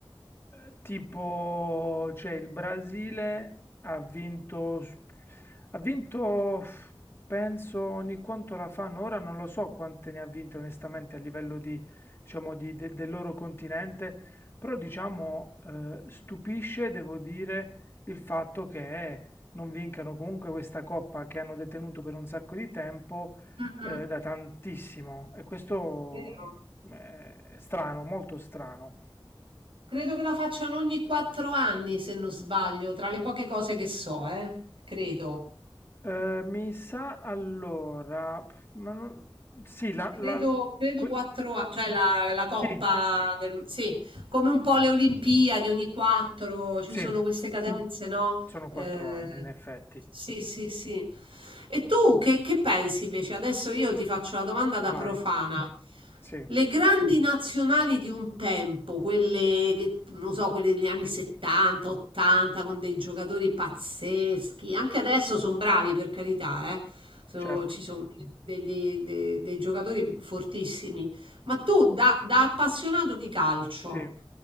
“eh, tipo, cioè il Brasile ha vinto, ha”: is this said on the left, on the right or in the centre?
Left